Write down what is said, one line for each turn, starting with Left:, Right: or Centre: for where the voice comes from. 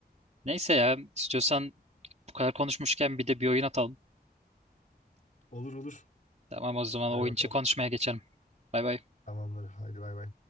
Right: Neyse ya istiyorsan bu kadar konuşmuşken bir de bir oyun atalım.
Left: Olur olur.
Right: Tamam o zaman
Left: Hadi
Right: oyun
Left: bakalım.
Right: içi konuşmaya geçelim. Bay bay.
Left: Tamamdır. Haydi bay bay.